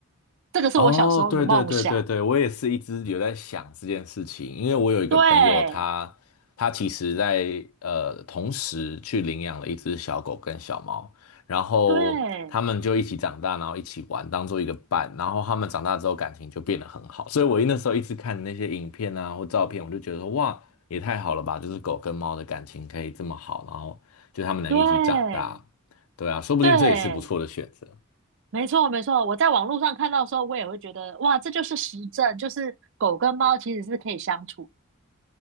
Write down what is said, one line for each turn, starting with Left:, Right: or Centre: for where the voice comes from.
Right: 这个是我小时候的梦想。
Left: 哦，对对对对对，我也是一直有在想这件事情，因为我有一个朋友他，
Right: 对，
Left: 他其实在呃同时去领养了一只小狗跟小猫，然后他们就一起长大，
Right: 对，
Left: 然后一起玩，当做一个伴，然后他们长大之后感情就变得很好，所以我那时候一直看那些影片啊或照片，我就觉得说哇，也太好了吧，就是狗跟猫的感情可以这么好，然后就他们能一起长大，
Right: 对，
Left: 对啊，说不定这也是不错的选择。
Right: 对，没错，没错。我在网络上看到的时候，我也会觉得，哇，这就是实证，就是狗跟猫其实是可以相处。